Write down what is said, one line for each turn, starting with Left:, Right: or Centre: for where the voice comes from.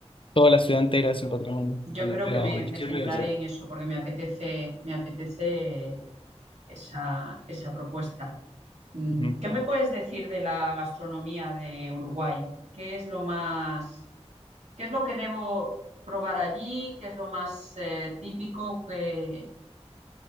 Left: toda la ciudad entera es un patrimonio.
Right: Yo
Left: Ah,
Right: creo que me,
Left: o
Right: me centraré
Left: sea,
Right: en eso porque me apetece, me apetece esa, esa propuesta. Mm,
Left: ujú.
Right: ¿Qué me puedes decir de la gastronomía de Uruguay? ¿Qué es lo más, qué es lo que debo probar allí? ¿Qué es lo más eh, típico que,